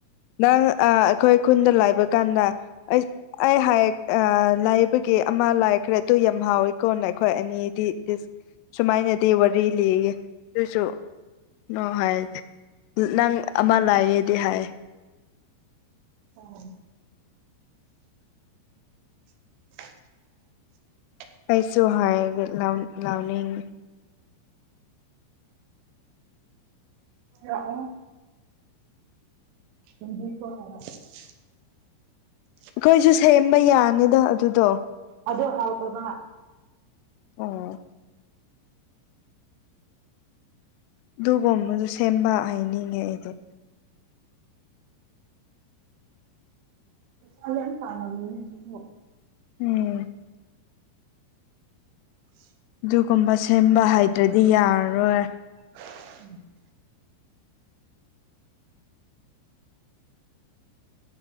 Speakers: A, on the left; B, on the right.
A: ꯅꯪ ꯑꯥ ꯑꯩꯈꯣꯏ ꯈꯨꯟꯗ ꯂꯩꯕ ꯀꯥꯟꯗ ꯑꯩ ꯑꯩ ꯍꯥꯏꯌꯦ ꯑꯥ ꯂꯩꯕꯒꯤ ꯑꯃ ꯂꯥꯏꯈ꯭ꯔꯦ ꯑꯗꯨ ꯌꯥꯝ ꯍꯥꯎꯋꯤ ꯀꯣꯟꯅ ꯑꯩꯈꯣꯏ ꯑꯅꯤꯗꯤ ꯗꯤꯁ- ꯁꯨꯃꯥꯏꯅꯗꯤ ꯋꯥꯔꯤ ꯂꯤꯌꯦ ꯑꯗꯨꯁꯨ ꯅꯣ ꯍꯥꯏꯌꯦ ꯅꯪ ꯑꯃ ꯂꯩꯌꯦꯗꯤ ꯍꯥꯏꯌꯦ
B: ꯑꯣ <inaudible>
A: ꯑꯩꯁꯨ ꯍꯥꯏ ꯂꯥꯎ ꯂꯥꯎꯅꯤꯡ
B: ꯂꯛꯑꯣ <unintelligible>
A: ꯑꯩꯈꯣꯏꯁꯨ ꯁꯦꯝꯕ ꯌꯥꯅꯤꯗ ꯑꯗꯨꯗꯣ
B: ꯑꯗꯣ ꯍꯥꯎꯇꯕ
A: ꯑꯣ ꯑꯗꯨꯒꯨꯝꯕꯗꯨ ꯁꯦꯝꯕ ꯍꯩꯅꯤꯡꯉꯦ ꯑꯩꯗꯤ <inaudible>
B: ꯄꯩꯁꯥ ꯌꯥꯝ ꯇꯥꯜꯂꯝꯒꯅꯤ ꯍꯧꯖꯤꯛꯁꯨ
A: ꯎꯝ
B: <inaudible>
A: ꯑꯗꯨꯒꯨꯝꯕ ꯁꯦꯝꯕ ꯍꯩꯇ꯭ꯔꯥꯗꯤ ꯌꯥꯔꯔꯣꯏ
B: ꯎꯝ